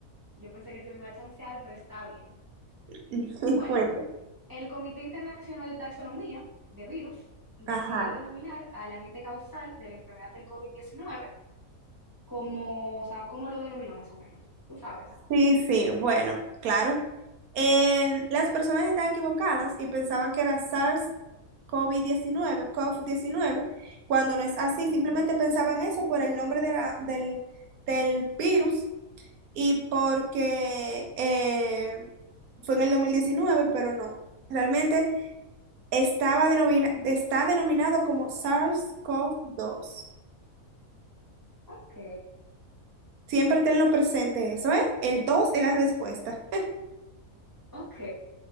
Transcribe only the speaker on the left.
yo pensé que te me iba a chancear, pero está bien.
Bueno,
el Comité Internacional de Taxonomía de Virus decidió
denominar al agente causal de la enfermedad del covid diecinueve como, o sea, ¿cómo lo denominó más o menos? Tú sabes.
Ok,
ok,